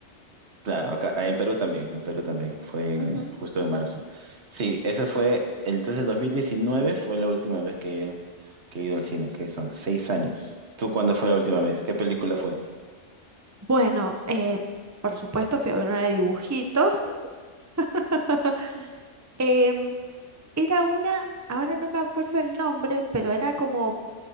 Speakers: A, on the right; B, on the right.
A: claro, acá en Perú también, en Perú también, fue en,
B: Ujú.
A: justo en marzo. Sí, ese fue, entonces 2019 fue la última vez que, que he ido al cine, que son seis años. ¿Tú cuándo fue la última vez? ¿Qué película fue?
B: Bueno, eh, por supuesto fui a ver una de dibujitos. <laughs> Em, Era una, ahora no me acuerdo el nombre, pero era como